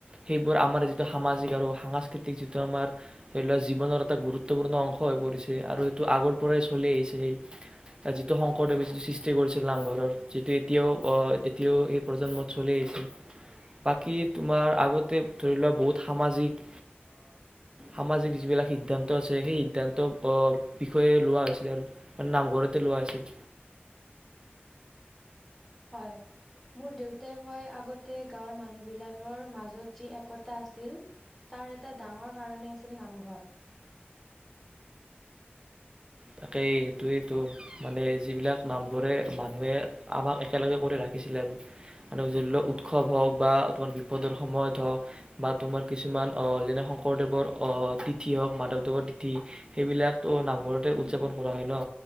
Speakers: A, on the right; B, in the centre.
A: সেইবোৰ আমাৰ যিটো সামাজিক আৰু সাংস্কৃতিক যিটো আমাৰ ধৰি লোৱা জীৱনৰ এটা গুৰুত্বপূৰ্ণ অংশ হৈ পৰিছে আৰু সেইটো আগৰ পৰাই চলি আহিছে সেই যিটো শংকৰদেৱে যিটো সৃষ্টি কৰিছিল নামঘৰৰ যিটো এতিয়াও এতিয়াও সেই প্ৰজন্মত চলি আহিছিল বাকী তোমাৰ আগতে ধৰি লোৱা বহুত সামাজিক সামাজিক যিবিলাক সিদ্ধান্ত আছে সেই সিদ্ধান্ত বিষয়ে লোৱা হৈছিল আৰু এই নামঘৰতে লোৱা হৈছিল।
B: হয় মোৰ দেউতাই কয় আগতে গাঁৱৰ মানুহ বিলাকৰ মাজত যি একতা আছিল তাৰ এটা ডাঙৰ কাৰণে আছিল নামঘৰ।
A: তাকেই সেইটোৱেইতো মানে যিবিলাক নামঘৰে মানুহে আমাক একেলগে কৰি ৰাখিছিলে আৰু মান ধৰি লওক উৎসৱ হওক বা তোমাৰ বিপদৰ সময়ত হওক বা তোমাৰ কিছুমান অ যেনে শংকৰদেৱৰ অ তিথি হওঁক মাধৱদেৱৰ তিথি সেইবিলাকো নামঘৰত উদযাপন
B: উম,
A: কৰা হয় ন